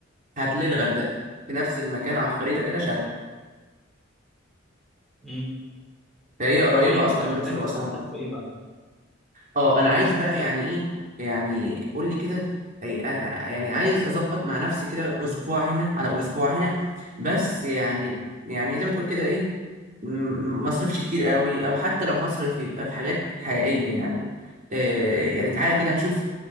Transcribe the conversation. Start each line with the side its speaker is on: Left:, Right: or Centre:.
Right: هتلاقي الغردقه في نفس المكان على الخريطه كده شرق
Centre: امم
Right: فهي قريبه
Centre: طيب
Right: اصلا
Centre: انت محتاج
Right: من الاقصر
Centre: نساعدك
Right: واسوان
Centre: في ايه بقى
Right: اه انا عايز بقى يعني ايه يعني قول لي كده أي- أنا- يعني عايز اظبط مع نفسي كده اسبوع هنا على اسبوع هنا بس يعني يعني زي ما تقول كده إيه، م- ما اصرفش كتير قوي او حتى لو هصرف يبقى في حاجات حقيقية يعني آه، يعني تعالى كده نشوف